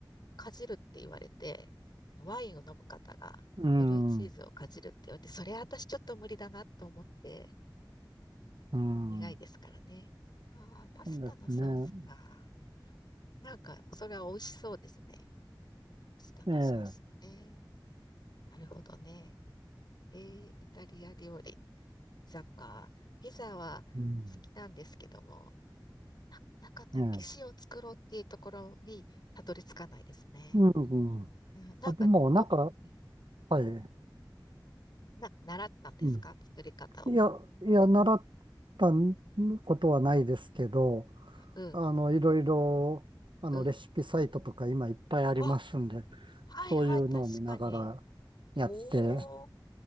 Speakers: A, on the left; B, on the right.
A: かじるって言われて、ワインを飲む方が、
B: うん。
A: ブルーチーズをかじるって言われて、それ私ちょっと無理だなと思って、
B: うん。
A: 苦いですからね。ああ、パスタのソースか。
B: そうですね。
A: なんか、それは美味しそうですね。パスタのソースね。
B: ええ
A: なるほどね。えーイタリア料理、ピザか。ピザは好きなんですけども、
B: うん。
A: 中の騎士を作ろうっていうところにたどり着かないですね。
B: ええうん。うん
A: うん、なんか、
B: あ、でもなんか、
A: ど、うん、
B: はい。
A: な、習ったんですか作り方を。
B: うん。いや、いや、習ったことはないですけど、
A: うん、
B: あの、いろいろ、あの、
A: うん。
B: レシピサイトとか今いっぱいありますんで、
A: あ、はいはい、
B: そういうのを見ながらやって
A: 確かに。おー、